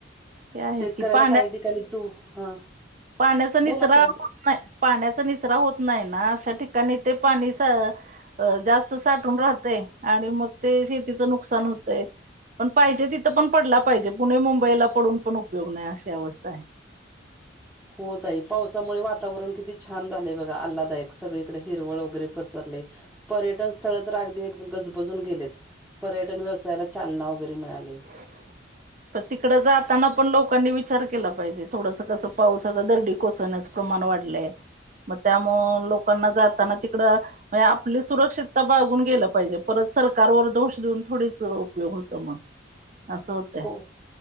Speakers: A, on the right; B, in the centre.
A: ते आहेच
B: शेतकऱ्यांना
A: की पाण्या
B: काही ठिकाणी तू. हा.
A: पाण्याचा निचरा
B: बोला तुम्ही.
A: नाय, पाण्याचा निसरा होत नाय ना. अशा ठिकाणी ते पाणी स अ जास्त साठून राहतय. आणि मग ते शेतीचं नुकसान होतंय. पण पाहिजे तिथं पण पडला पाहिजे. पुणे मुंबईला पडून पण उपयोग नाय. अशी अवस्थाय.
B: हो ताई. पावसामुळे वातावरण किती छान झालेय बघा. आल्लादायक सगळीकडे हिरवळ वगैरे पसरलंय. पर्यटन स्थळ तर अगदी एक गजबजून गेलेत. पर्यटन व्यवसायाला चालना वगैरे मिळाली.
A: <inaudible> पण तिकड जाताना पण लोकांनी विचार केला पाहिजे. थोडस कसं पाऊस आता दर्डी कोसळण्याच प्रमाण वाढलंय. मग त्यामुळ लोकांना जाताना तिकडं म्हणेजे आपली सुरक्षितता बाळगून गेलं पाहिजे. परत सरकारवर दोष देऊन थोडीच उपयोग होत म. असं होतंय.
B: हो.